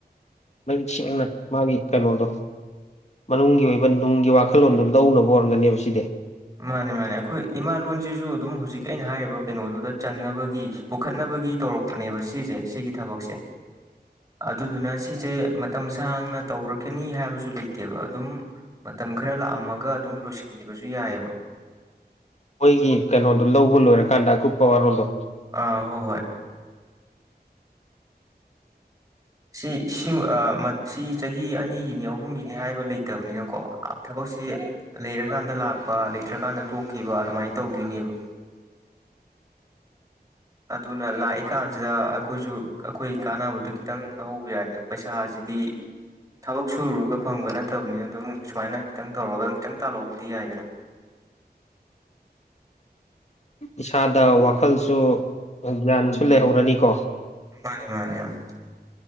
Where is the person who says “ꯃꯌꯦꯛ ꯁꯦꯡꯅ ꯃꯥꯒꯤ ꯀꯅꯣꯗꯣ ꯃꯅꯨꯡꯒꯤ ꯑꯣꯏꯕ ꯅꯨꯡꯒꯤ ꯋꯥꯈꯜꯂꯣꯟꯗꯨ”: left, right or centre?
Left